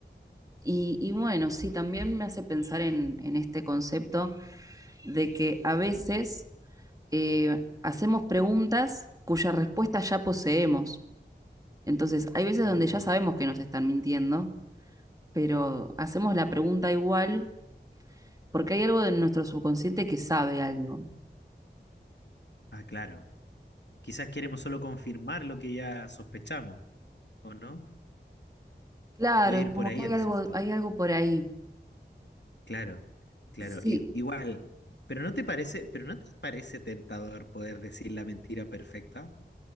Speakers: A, on the right; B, on the left.
A: y, y bueno, sí, también me hace pensar en, en este concepto de que a veces eh, hacemos preguntas cuya respuesta ya poseemos. Entonces, hay veces
B: Mm,
A: donde ya sabemos que nos están mintiendo, pero hacemos la pregunta igual porque hay algo de nuestro subconsciente que sabe algo.
B: ah, claro. Quizás queremos solo confirmar lo que ya sospechamos, ¿o no?
A: Claro,
B: Puede ir
A: es como
B: por ahí
A: que
B: el
A: hay algo,
B: asunto.
A: hay algo por ahí.
B: Claro, claro.
A: Sí,
B: I- igual, pero ¿no te parece, pero no te parece tentador poder decir la mentira perfecta?